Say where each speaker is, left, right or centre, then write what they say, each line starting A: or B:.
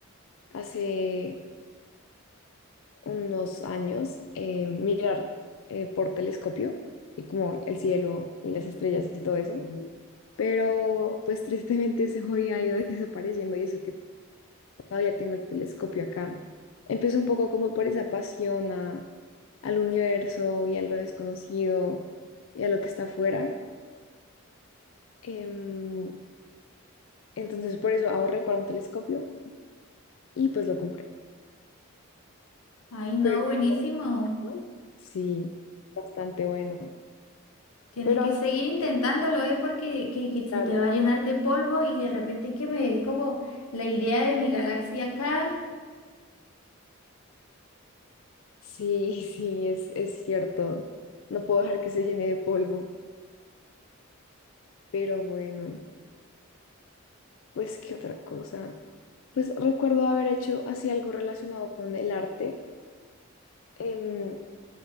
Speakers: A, on the left; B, on the left.
A: hace unos años eh, mirar eh, por telescopio y como el cielo y las estrellas y todo eso, pero pues tristemente ese hobby ha ido <laughs> desapareciendo y eso que todavía tengo el telescopio acá. Empezó un poco como por esa pasión a- al universo y a lo desconocido y a lo que está afuera. Em, entonces por eso ahorré para un telescopio y pues lo compré.
B: Ay, no,
A: Pero
B: buenísimo.
A: ¿no? Sí, bastante bueno.
B: Tienes
A: Pero
B: que
A: así,
B: seguir intentándolo, ¿eh? Porque que, que se
A: Claro.
B: te va a llenar de polvo y de repente que me des como la idea de mi galaxia acá.
A: sí, <laughs> sí, es, es cierto. No puedo dejar que se llene de polvo. Pero bueno, pues qué otra cosa. Pues recuerdo haber hecho así algo relacionado con el arte. Em,